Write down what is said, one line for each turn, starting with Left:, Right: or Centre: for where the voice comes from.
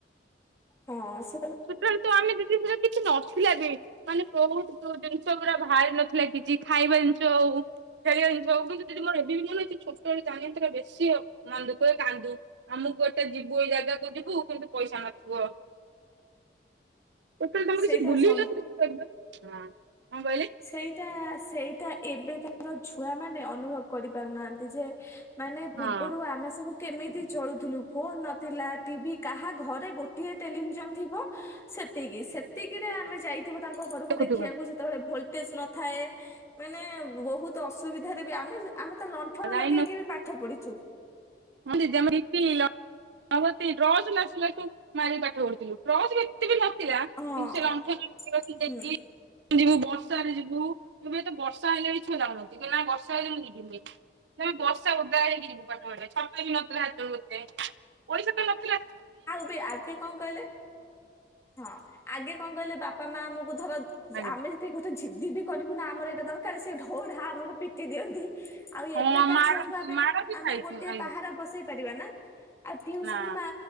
Left: ହଁ ସ
Right: ସେତେଳେ ତ ଆମେ ଦଦି ସେ କିଛି ନଥିଲା ବି ମାନେ ବହୁତ ଜିନିଷ ଗୁଡା ବାହାରି ନଥିଲା କିଛି ଖାଇବା ଜିନିଷ ହୋଉ ଖେଳିବା ଜିନିଷ ହଉ କିନ୍ତୁ ଦିଦି ମୋର ଏବେ ବି ମନେଅଛି ଛୋଟବେଳେ ଜାଣତ୍ୟ ବେଶୀ ମନ୍ଦ ଦୁଃଖ ହୁଏ କାନ୍ଦ ଦୋଉ ଆମକୁ ଗୁଟେ ଯିବୁ ଏଇ ଜାଗାକୁ ଯିବୁ କିନ୍ତୁ ପଇସା ନଥିବ। ଟୋଟାଲ ତମେ କିଛି
Left: ସେଇଟା
Right: ବୁଲିଲନି
Left: ସମ
Right: ହଁ। କଣ କହିଲେ?
Left: ସେଇଟା ସେଇଟା ଏବେକା ର ଛୁଆ ମାନେ ଅନୁଭବ କରି ପାରୁନାହାନ୍ତି। ଯେ ମାନେ
Right: ହଁ
Left: ପୂର୍ବରୁ ଆମେ ସବୁ କେମିତି ଚଳୁଥିଲୁ ଫୋନ ନଥିଲା ଟିଭି କାହା ଘରେ ଗୋଟିଏ ଟେଲିଭିଜନ ଥିବ ସେ ସେତିକି ସେତିକିରେ ଆମେ ଯାଇଥିବୁ ତାଙ୍କ ଘରକୁ
Right: ଦେଖୁଥିବ
Left: ଦେଖିବାକୁ ସେତେବେଳେ ଭଲ ତେଜ ନଥାଏ ମାନେ ବହୁତ ଅସୁବିଧାରେ ବି ଆମେ ଆମେ ତ ଲଣ୍ଠଣ
Right: ଲାଇନ
Left: ଲଗେଇକି ବି ପାଠ ପଢିଛୁ।
Right: ହଁ ଦିଦି ଆମ ରି ପି ଲ ମହମବତୀ ଟ୍ରଚ <unintelligible> ମାରି ପାଠ ପଢିଥିଲୁ ଟ୍ରଚ ବି ଏତେ ବି ନ ଥିଲା କିନ୍ତୁ
Left: ହଁ
Right: ସେ ଲଣ୍ଠଣ କିରୋସିନି ଦେଇକି
Left: ହୁଁ
Right: ଯିବୁ ବର୍ଷାରେ ଯିବୁ ଏବେ ତ ବର୍ଷା ହେଲେ ଛୁଆ ଯାଉନାହାନ୍ତି କେନ୍ନା ନା ବର୍ଷାଇଲାଣି ଯିବିନି ନାଇଁ ବର୍ଷା ଉଦା ହେଇକି ଯିବୁ ପାଠ ପଢିବାକୁ ଛତା ବି ନଥିଲା ସେତେବେଳେ ଏତେ ପଇଶା ତ ନଥିଲା
Left: ଆଉ ବି ଆଗେ କଣ କହିଲେ, ହଁ ଆଗେ କଣ କହିଲେ ବାପା ମା ଆମକୁ ଧର
Right: ଆଜ୍ଞା
Left: ଆମେ ସେତିକି ଗୋଟେ ଜିଦ୍ଦି ବି କରିବୁ ନା ଆମର ଏଇଟା ଦରକାର ସେ ଢୋଢା ଆମକୁ ପିଟି ଦିଅନ୍ତି। ଆଉ
Right: ହଁ
Left: ଏବେକା
Right: ମାରନ୍ତି
Left: ଛୁଆଙ୍କୁ ଆମେ
Right: ମାଡ ବି
Left: ଆମେ
Right: ଖାଇଛୁ
Left: ଗୋଟେ
Right: ଆଜ୍ଞା
Left: ପାହାର ବସେଇ ପାରିବା ନା ଆଉ ଟ୍ୟୁସନ
Right: ନା
Left: ମା